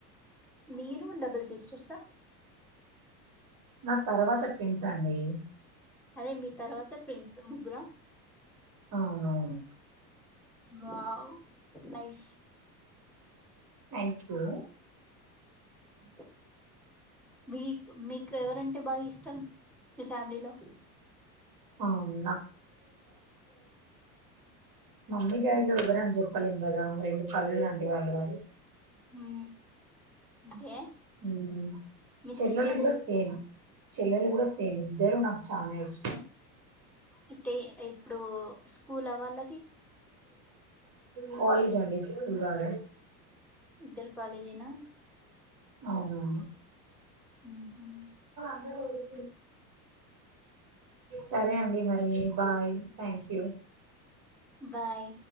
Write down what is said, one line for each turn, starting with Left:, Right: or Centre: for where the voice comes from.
Centre: మీరు డబుల్ సిస్టర్సా
Right: నా తర్వాత ట్విన్స్ అండి
Centre: అదే మీ తర్వాత ట్విన్స్ ముగ్గుర
Right: అవునవును
Centre: వావ్ నైస్
Right: థ్యాక్యూ
Centre: ఉ మీ మీకు ఎవరంటే బాగా ఇష్టం మీ ఫ్యామిలీలో
Right: అవును మమ్మీడాడీలో ఏవరం చెప్పలేం కదా రెండు కళ్ళలాంటి వాళ్ళు వారు
Centre: హు ఓకే
Right: హు
Centre: మీ
Right: చెల్లలు
Centre: సిస్టర్స్
Right: కూడా సేమ్ చెల్లలు కూడా సేమి ఇద్దారు నాకు చానా ఇష్టం
Centre: అయితే ఇప్పుడు స్కూల వాళ్ళ
Right: కాలేజ్ అండి స్కూల్ కాదు
Centre: ఇద్దరు కాలేజ్ నా
Right: అవునువును
Centre: ఉహు
Right: హు సరే అండి మరి బాయ్ థ్యాంక్ యూ
Centre: బాయ్